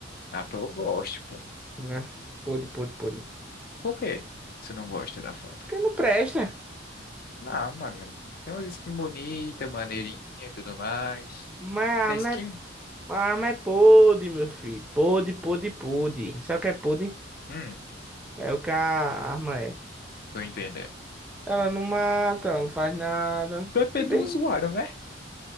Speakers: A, on the left (about 50°); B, in the centre.
A: Ah, pô, eu gosto, pô.
B: né? Podre, podre, podre.
A: Por quê? Você não gosta da Phantom?
B: Porque não presta.
A: Ah, mano, tem umas skins bonitas, maneirinha e tudo mais.
B: Mas a
A: Tem
B: arma
A: skin?
B: é, a arma é podre, meu filho. Podre, podre, podre. Sabe o que é podre?
A: Hum,
B: É o que a arma é.
A: tô entendendo.
B: Ela não mata, ela não faz nada.
A: PP
B: Bem,
A: do usuário, né?